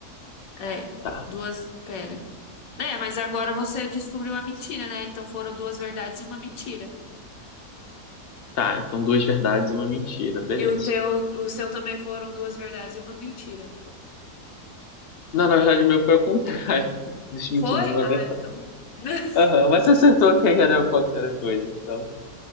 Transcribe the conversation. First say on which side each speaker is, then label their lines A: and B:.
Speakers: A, on the left; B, on the left.
A: É,
B: Tá.
A: duas. Pera. É, mas agora você descobriu a mentira, né? Então foram duas verdades e uma mentira.
B: Tá, então duas verdades e uma mentira. Beleza.
A: E o teu, o seu também foram duas verdades e uma mentira.
B: Não, na verdade o meu foi ao contrário. <laughs> Duas mentiras
A: Foi?
B: e uma
A: Ah,
B: verdade.
A: então. <laughs>
B: Aham, mas você acertou que era qualquer coisa, então.